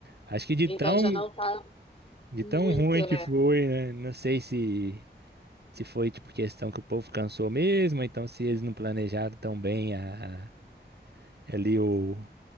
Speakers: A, on the right (about 65°); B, on the left (about 30°).
A: Acho que de
B: Então
A: tão,
B: já não tá
A: de
B: muito,
A: tão ruim que
B: né?
A: foi, né? Não sei se. Se foi, tipo, questão que o povo cansou mesmo, ou então se eles não planejaram tão bem a, a- ali o,